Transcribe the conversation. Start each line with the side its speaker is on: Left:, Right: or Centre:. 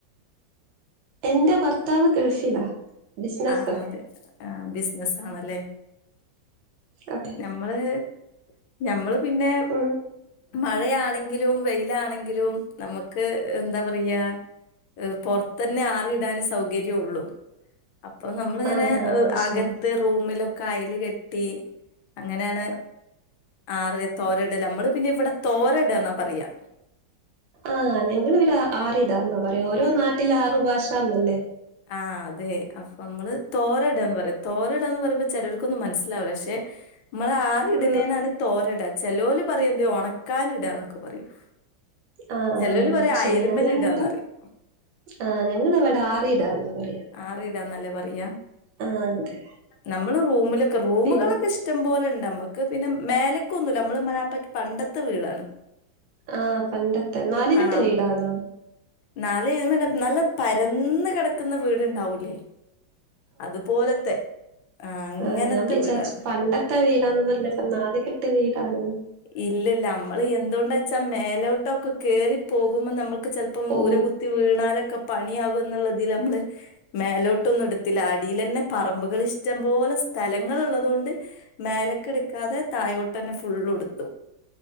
Right: എന്റെ ഭർത്താവ് ഗൾഫിലാ ബിസിനസ്സാ.
Left: ആഹ് അതെ ആഹ് ബിസിനസ് ആണല്ലേ
Right: അതെ.
Left: ഞമ്മള് ഞമ്മള് പിന്നെ
Right: ഉം
Left: മഴയാണെങ്കിലും വെയിലാണെങ്കിലും നമുക്ക് എന്താ പറയാ പൊറത്തന്നെ ആറി ഇടാൻ സൗകര്യ ഉള്ളൂ അപ്പൊ നമ്മളിങ്ങനെ
Right: ആഹ് ആഹ് അത്
Left: ആക
Right: ശരി.
Left: ത്തെ റൂമിലൊക്കെ അയൽ കെട്ടി അങ്ങനെയാണ് ആറ തോരടൽ നമ്മള് പിന്നെ ഇവിടെ തോരടന്നാ പറയാ
Right: ആഹ് ഞങ്ങൾ ഇവിര് ആറിടാന്നാ പറയാ ഓരോ നാട്ടില ആറു ഭാഷന്നല്ലേ
Left: ആഹ് അതെ അപ്പൊ നമ്മള് തോരടന്ന് പറയും തോരടാ എന്ന് പറയുമ്പോൾ ചെലർക്കൊന്നും മനസ്സിലാവില്ല ക്ഷെ നമ്മൾ ആറി ഇടുന്നേനാണ്
Right: ഉം
Left: തോരടാൻ ചേലോര് പറയുന്നേ ഒണക്കാനിടാ എന്നൊക്കെ പറയും
Right: ആഹ്
Left: ചേലോല്
Right: ആഹ്
Left: പറയാ
Right: അത് ശരി.
Left: അയലമേൽ
Right: ഞങ്ങളവിടെ
Left: ഇടാന്ന് പറയും
Right: ആഹ് ഞങ്ങളിവിടെ ആറിടാ എന്ന പറയാ
Left: ആറിടാന്നല്ലേ പറയാ
Right: ആഹ് അതെ
Left: നമ്മള് റൂമിലൊക്കെ റൂമുകളൊക്കെഷ്
Right: പിൻ
Left: ടം പോലെണ്ട് നമ്മുക്ക് പിന്നെ മേലക്കൊന്നുല്ല നമ്മള് മനാപ്പറ്റ പണ്ടത്തെ വീടാണ്
Right: ആ പണ്ടത്തെ നാലുകെട്ട
Left: ആ
Right: വീടാണോ
Left: നാല് <unintelligible> നല്ല പരന്ന കിടക്കുന്ന വീട്ണ്ടാവൂല് അതുപോലത്തെ അങ്ങനത്തെ
Right: ആഹ് ഞാൻ വിചാരിച്ച്
Left: വീടാണ്
Right: പണ്ടത്തെ വീടാന്ന് പറഞ്ഞപ്പൊ നാലിക്കെട്ട് വീടാണ്
Left: ഇല്ലല്ല നമ്മള് എന്തുകൊണ്ട ച്ചാൽ മേലോട്ടൊക്കെ കേറി പോകുമ്പോൾ നമ്മുക്ക് ചെലപ്പ ഇപ്പം
Right: ഓ
Left: ഊര കുത്തി വീണാലൊക്കെ പണിയാകും എന്നുള്ളതിൽ നമ്മള് മേലോട്ടൊന്നും എടുത്തില്ല അടിൽ തന്നെ പറമ്പുകൾ ഇഷ്ടം പോലെ സ്ഥലങ്ങ ഉള്ളതുകൊണ്ട് മേലേക്ക് എടുക്കാതെ തായോട്ട് തന്നെ ഫുള്ളു ഉടുത്തു